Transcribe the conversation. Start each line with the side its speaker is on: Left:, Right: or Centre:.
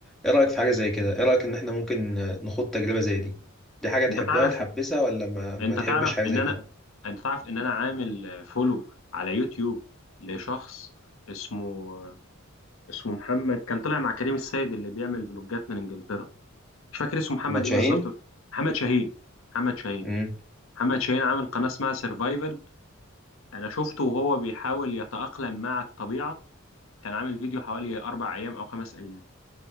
Centre: ايه رايك في حاجه زي كده ايه رايك ان احنا ممكن آه، نخوض تجربه زي دي دي حاجه تحبها
Left: انت تعرف
Centre: تحبذها ولا ما, ما
Left: انت
Centre: تحبش
Left: تعرف
Centre: حاجه
Left: ان
Centre: زي
Left: انا
Centre: كده
Left: انت تعرف ان انا عامل فولو على يوتيوب لشخص اسمه اسمه محمد كان طلع مع كريم السيد اللي بيعمل فلوجات من انجلترا مش فاكر اسمه محمد
Centre: ما تشاهين
Left: ايه بالظبط محمد شاهين محمد شاهين
Centre: امم
Left: محمد شاهين عامل قناة اسمها سيرفايفل انا شفته وهو بيحاول يتأقلم مع الطبيعة كان عامل فيديو حوالي اربع ايام او خمس ايام